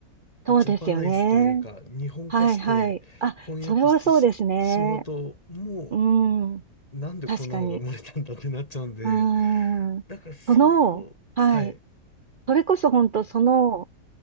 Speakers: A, on the right; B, on the left.
A: そうですよね。
B: ジャパナイズというか、日本化して翻訳してし、
A: はいはい。あ、それはそうですね。
B: しまうと、も
A: うん。
B: うなんでこんなのが生まれたんだってなっちゃうんで、
A: 確かに。うん。
B: だからそこ、
A: その、はい。
B: はい、
A: それこそ本当その、